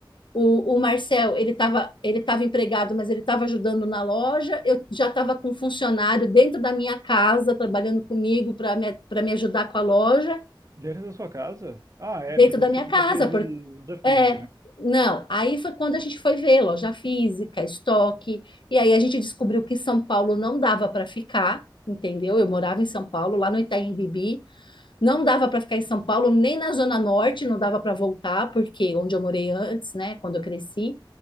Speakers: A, on the left; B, on the right.
A: O, o Marcel, ele estava ele estava empregado, mas ele estava ajudando na loja. Eu já estava com um funcionário dentro da minha casa, trabalhando comigo para me, pra me ajudar com a loja
B: Dentro da sua casa? Ah, é,
A: dentro
B: porque
A: da
B: você
A: minha
B: nunca
A: casa,
B: teve
A: porque
B: loja física,
A: é,
B: né?
A: não. Aí foi quando a gente foi ver loja física, estoque, e aí a gente descobriu que São Paulo não dava para ficar, entendeu? Eu morava em São Paulo, lá no Itaim Bibi, não dava para ficar em São Paulo, nem na Zona Norte, não dava para voltar, porque onde eu morei antes, né, quando eu cresci,